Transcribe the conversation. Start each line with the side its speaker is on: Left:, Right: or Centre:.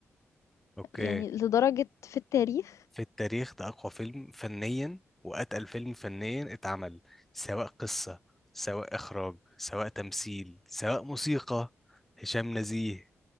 Centre: أوكي
Left: يعني لدرجة في التاريخ
Centre: في التاريخ ده أقوى فيلم فنيا وأتقل فيلم فنيا اتعمل سواء قصة سواء إخراج سواء تمثيل سواء موسيقى هشام نزيه